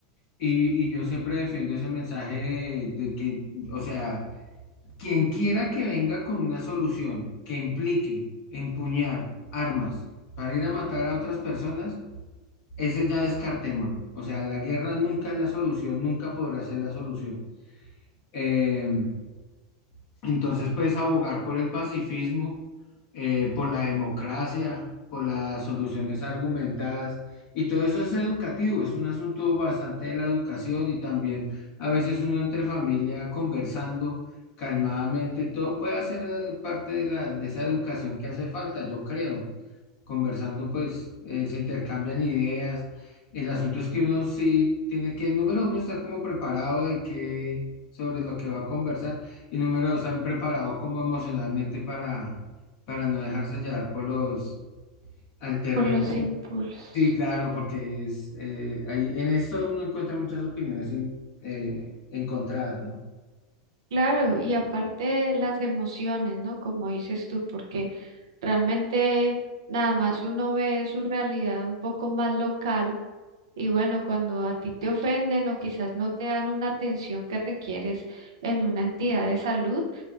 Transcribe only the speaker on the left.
y, y yo siempre defiendo ese mensaje de, de que, o sea, quien quiera que venga con una solución que implique empuñar armas para ir a matar a otras personas, ese ya descartémoslo. O sea, la guerra nunca es la solución, nunca podrá ser la solución. Em, Entonces, pues abogar por el pacifismo, eh, por la democracia, por las soluciones argumentadas, y todo eso es educativo, es un asunto bastante de la educación y también a veces uno entre familia conversando calmadamente, todo puede hacer eh, parte de la, de esa educación que hace falta, yo creo conversando, pues eh, se intercambian ideas. El asunto es que uno sí tiene que, número uno, estar como preparado de que, sobre lo que va a conversar y número dos, también preparado como emocionalmente para, para no dejarse llevar por los, al terreno.
Sí, claro, porque es, eh, ahí, en esto uno encuentra muchas opiniones en- eh, encontradas, ¿no?